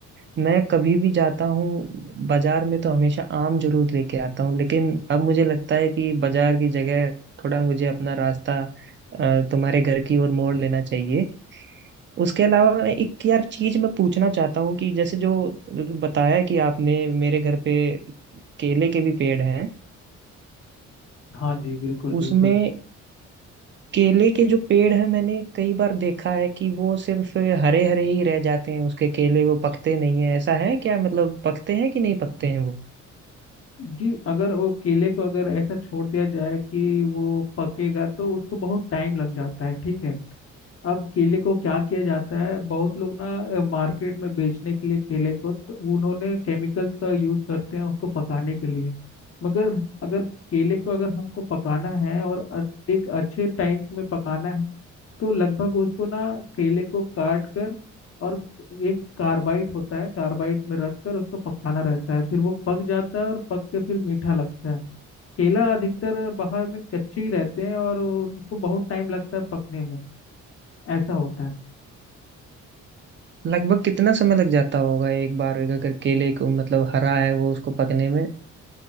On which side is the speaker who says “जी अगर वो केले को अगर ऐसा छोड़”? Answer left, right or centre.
Left